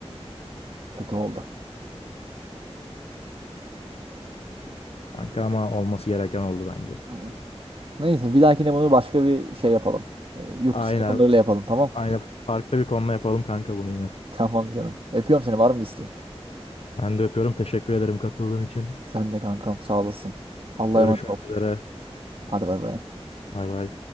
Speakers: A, on the right; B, on the left.
A: Kötü oldu.
B: Kanka ama olması gereken oldu bence.
A: Tamam. Neyse bir dahakine bunu başka bir şey yapalım. E, yurt
B: Aynen.
A: dışı takımlarıyla yapalım tamam.
B: Aynen. Farklı bir konuda yapalım kanka bunu yine.
A: Tamam canım. Öpüyorum seni var mı isteğin?
B: Ben de öpüyorum. Teşekkür ederim katıldığın için.
A: Sen de kankam sağ olasın. Allah'a
B: Görüşmek
A: emanet ol.
B: üzere.
A: Hadi bay bay.
B: Bay bay.